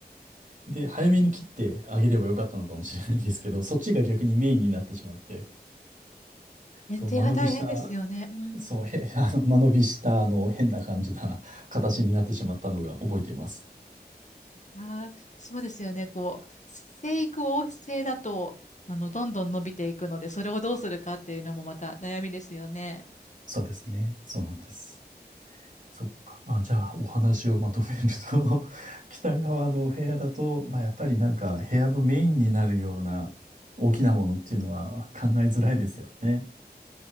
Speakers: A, on the right; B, on the left.
A: で、早めに切ってあげればよかったのかもしれないんですけど、そっちが逆にメインになってしまって、
B: 園庭が大変ですよね。
A: そう、間延びした、
B: うん。
A: そう、へ、<laughs> あの、間延びした、あの、変な感じな形になってしまったのが覚えています。
B: あー、そうですよね。こう、生育旺盛だと、あの、どんどん伸びていくので、それをどうするかっていうのもまた悩みですよね。
A: そうですね。そうなんです。そっか。あ、じゃあ、お話をまとめると <laughs> 北側のお部屋だと、まあ、やっぱりなんか、部屋のメインになるような大きなものっていうのは考えづらいですよね。